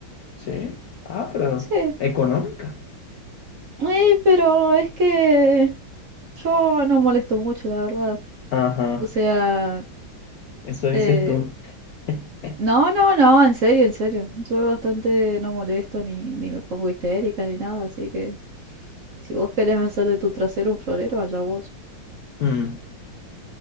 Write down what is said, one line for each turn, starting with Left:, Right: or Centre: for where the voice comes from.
Left: ¿Sí? Ah, pero
Right: Sí.
Left: económica.
Right: Eh, pero es que yo no molesto mucho, la verdad.
Left: Ajá,
Right: O sea,
Left: eso dices
Right: eh,
Left: tú. <laughs>
Right: no, no, no, en serio, en serio. Yo bastante no molesto ni, ni me pongo histérica ni nada, así que si vos querés hacer de tu trasero un florero, allá vos.
Left: Mm,